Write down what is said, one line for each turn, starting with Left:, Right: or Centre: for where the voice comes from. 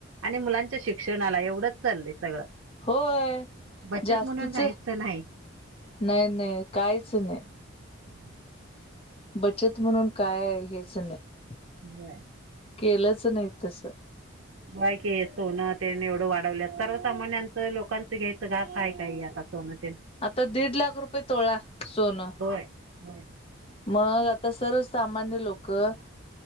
Right: आणि मुलांच्या शिक्षणाला एवढंच चालय सगळं.
Left: होय
Right: बचत
Left: जास्तीच
Right: म्हणून काहीच नाही
Left: नही नही काहीच नाही.
Right: हम्म.
Left: बचत म्हणून काय आहे हेच नाही
Right: बर
Left: केलंच नाही तस ह <inaudible>
Right: बाय कि सोनं तेन एवढं वाढवल्यात सर्वसामान्यांच लोकांच घयचं घास आहे काय हे आता सोनं ते
Left: आता दीड लाख रुपये तोळा सोनं
Right: होय होय
Left: मंग आतां सर्व सामान्यं लोकं